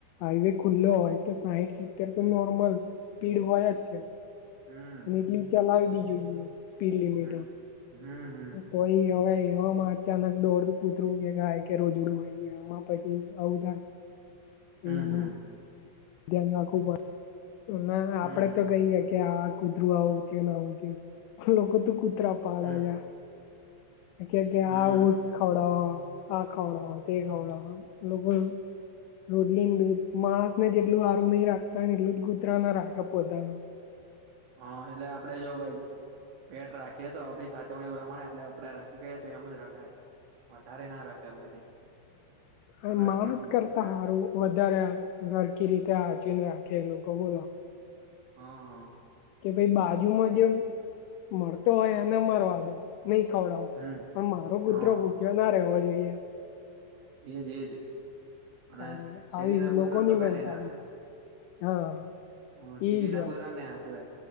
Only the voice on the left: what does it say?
હાઈવે ખુલ્લી લોય તો સાહીઠ સિત્તેર તો નોર્મલ સ્પીડ હોય જ છે.
અને એટલી ચલાવી બી જોઈએ સ્પીડ લિમિટ
કોઈ હવે, એમાં અચાનક દોડ કૂતરું કે ગાય કે રોજડું હોય એમાં પછી આવું થાય. પહિ
એનું
ધ્યાન રાખવું પડે ના આપડે
તો કહીયે કે આ, કૂતરું આવું થયું ના આવું થયું લોકો તો કૂતરા પાડે
છે. કે
આ ઉટ્સ ખાવડાવ આ ખાવડાવ તે ખાવડાવ લોકો, રોડલી દૂધ માણસ ને જેટલું હારું નહી રાખતાને એટલું જ કુતરા ના રાખે પોતાનું,
હ
માણસ
કરતા
સારું વધારે સરખી રીતે સાચવી ને રાખવું. એ લોકો બોલો.
કે ભાઈ બાજુમાં જેમ મળતો હોય એને મારવા દો, નહી ખવડાવ
પણ મારો કૂતરો
ભૂખ્યો ના રહેવો જોઈએ.
તારે
આવી
લોકોની
મેન્ટાલિટી
હા
એજ
વાત